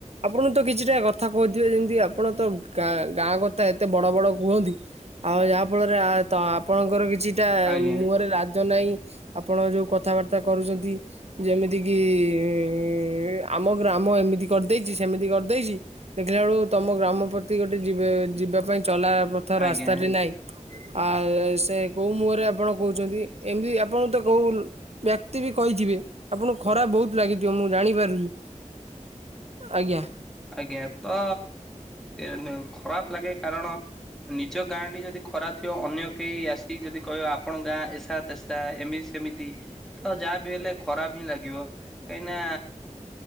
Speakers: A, on the right (about 55°); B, in the centre.
A: ଆପଣ ତ କିଛିଟା କଥା କହୁଥିବେ ଯେମିତି ଆପଣ ତ ଗାଁ ଗାଁ କଥା ଏତେ ବଡ ବଡ କୁହନ୍ତି? ଆଉ ଯାହା ଫଳରେ ଆଏ ତ ଆପଣଙ୍କର କିଛିଟା
B: ଆଜ୍ଞା
A: ମୁହରେ ରାଜ ନାହିଁ। ଆପଣ ଯେଉ କଥାବାର୍ତ୍ତା କରୁଚନ୍ତି ଯେମିତି କିିଇ ଆମ ଗ୍ରାମ ଏମିତି କର ଦେଇଚି ସେମିତି କରିଦେଇଚି ଦେଖିଲା ବେଳୁ ତମ ଗ୍ରାମ ପ୍ରତି ଗୋଟେ ଯିବେ ଯିବା ପାଇଁ ଚଲା ପ ଥ
B: ଆଜ୍ଞା
A: ରାସ୍ତାରି
B: ଆଜ୍ଞା।
A: ନାହିଁ। ଆ ସେ କୋଉ ମୁହଁରେ ଆପଣ କହୁଚନ୍ତି ଏମବି ଆପଣ ତ କୋଉ ବ୍ୟକ୍ତି ବି କହିଥିବେ ଆପଣଙ୍କୁ ଖରାପ ବହୁତ ଲାଗିଥିବ ମୁଁ ଜାଣିପାରୁଚୁ। ଆଜ୍ଞା।
B: ଆଜ୍ଞା ତ ଏ ନିୟୁ ଖରାପ ଲାଗେ କାରଣ ନିଜ ଗାଁ ଟି ଯଦି ଖରା ଥିବ ଅନ୍ୟ କେହି ଆସିକି ଯଦି କହିବ ଆପଣ ଗାଁ ଏସା ତେସ ତା ଏମିତି ସେମିତି ତ ଯାହା ବି ହେଲେ ଖରାପ ହିଁ ଲାଗିବ। କାହିଁନା